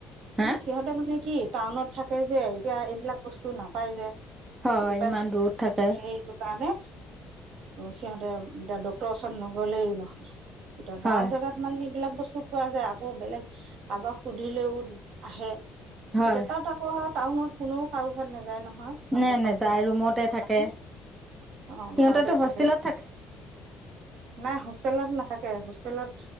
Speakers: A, on the right; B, on the right.
A: হা
B: সিহঁতে মানে কি টাউনত থাকে যে, এতিয়া এইবিলাক বস্তু নাপায় যে।
A: হয়
B: বুজি পইছা?
A: ইমান দূৰত থাকে
B: সে টো কাৰণে সিহঁতে এতিয়া ডক্তৰৰ ওচৰত নগলেই নহয়। এতিয়া
A: হয়
B: গাও জেগাত মানে এইবিলাক বস্তু পোৱা যায়, আকৌ বেলেগ কাৰোবাক সুধিলেও আহে।
A: হয়
B: এতিয়া তাত আকৌ টাউনত কোনেও কাৰো ঘৰত নাযায় নহয়। চাব
A: নে
B: পৰা
A: নেযায়
B: কিবা
A: ৰুমতে
B: এটা <unintelligible>
A: থাকে
B: অ',
A: সিহঁতেতো
B: ঘৰতে
A: হোষ্টেলত
B: থাকে। নাই হোষ্টেলত নাথাকে, হোষ্টেলত